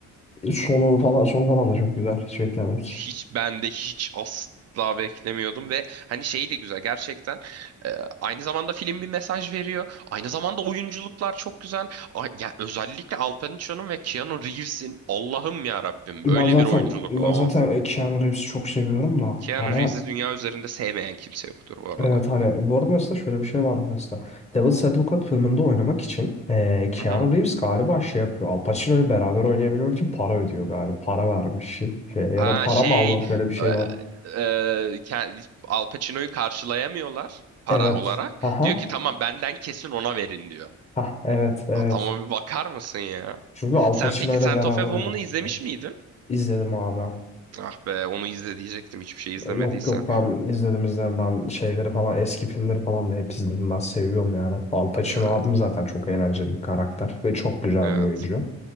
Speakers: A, on the left (about 20°); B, on the right (about 55°).
A: sonu falan sonu falan da çok güzel. Hiç beklemedik.
B: Hiç ben de hiç asla beklemiyordum ve hani şey de güzel gerçekten. Ee, aynı zamanda film bir mesaj veriyor. Aynı zamanda oyunculuklar çok güzel. Ay, ya özellikle Al Pacino'nun ve Keanu Reeves'in Allah'ım ya Rabbim
A: Ben
B: böyle
A: zaten
B: bir oyunculuk
A: ben
B: olamaz.
A: zaten Keanu Reeves'i çok seviyorum da
B: Keanu
A: hani
B: Reeves'i dünya üzerinde sevmeyen kimse yoktur bu arada.
A: evet hani bu arada mesela şöyle bir şey var mesela Devil's Advocate filminde oynamak için eee Keanu
B: Hı hı.
A: Reeves galiba şey yapıyor Al Pacino'yu beraber oynayabilmek için para ödüyor galiba para vermiş şey şey ya
B: Aa
A: da para
B: şey
A: mı almış öyle bir şey
B: e,
A: var
B: e, ke- Al Pacino'yu karşılayamıyorlar para
A: evet
B: olarak.
A: aha
B: Diyor ki tamam benden kesin ona verin diyor.
A: ha evet evet
B: Adama bir bakar mısın ya?
A: çünkü Al
B: Sen
A: Pacino
B: peki
A: ile
B: Scent
A: beraber
B: of a Woman'ı
A: oynamak
B: izlemiş
A: istiyor
B: miydin?
A: İzledim abi
B: Ah be onu izle diyecektim hiçbir şey izlemediysen.
A: Yok yok ben izledim izledim ben şeyleri falan eski filmleri falan da hep izledim ben seviyorum yani. Al Pacino
B: Ya
A: abim zaten çok eğlenceli bir karakter ve çok güzel
B: evet.
A: bir oyuncu.